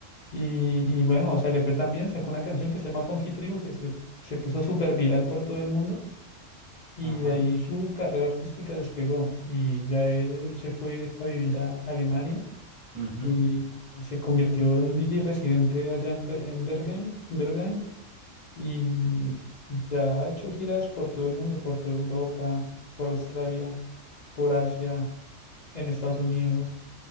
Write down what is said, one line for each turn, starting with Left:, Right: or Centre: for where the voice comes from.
Left: Y, y bueno, o sea, le fue tan bien, sacó una canción que se llama Funky Tribu, que se, se puso súper viral por todo el mundo. Y
Right: Ajá.
Left: de ahí su carrera artística despegó y ya él se fue a vivir a Alemania
Right: Ujú.
Left: y, y se convirtió en DJ residente allá en, Be- en Bergen, en Bergheim, y
Right: Ah,
Left: ya ha hecho giras por todo el mundo, por toda Europa, por Australia, por Asia, en Estados Unidos